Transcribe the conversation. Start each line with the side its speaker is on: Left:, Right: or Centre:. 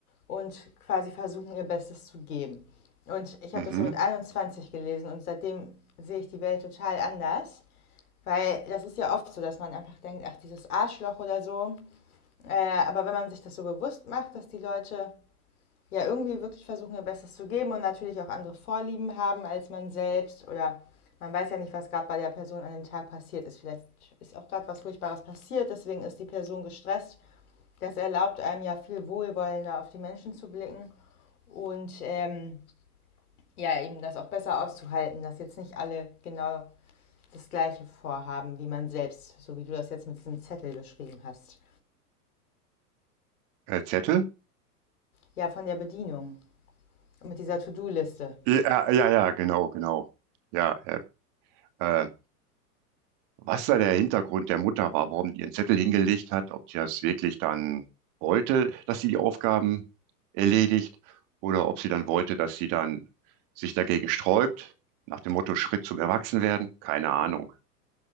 Left: und quasi versuchen, ihr Bestes zu geben. Und ich
Right: Mhm.
Left: habe das so mit 21 gelesen und seitdem sehe ich die Welt total anders. Weil das ist ja oft so, dass man einfach denkt, ach, dieses Arschloch oder so. Äh, aber wenn man sich das so bewusst macht, dass die Leute ja irgendwie wirklich versuchen, ihr Bestes zu geben und natürlich auch andere Vorlieben haben als man selbst oder man weiß ja nicht, was gerade bei der Person an dem Tag passiert ist. Vielleicht ist auch gerade was Furchtbares passiert, deswegen ist die Person gestresst. Das erlaubt einem ja viel wohlwollender auf die Menschen zu blicken und ähm, ja, eben das auch besser auszuhalten, dass jetzt nicht alle genau das gleiche Vorhaben wie man selbst, so wie du das jetzt mit diesem Zettel beschrieben hast.
Right: Äh, Zettel?
Left: Ja, von der Bedienung und mit dieser To-Do-Liste.
Right: Ja, äh, ja, ja, genau, genau. Ja, äh, äh, was da der Hintergrund der Mutter war, warum die ihren Zettel hingelegt hat, ob sie das wirklich dann wollte, dass sie die Aufgaben erledigt oder ob sie dann wollte, dass sie dann sich dagegen sträubt, nach dem Motto Schritt zum Erwachsenwerden, keine Ahnung.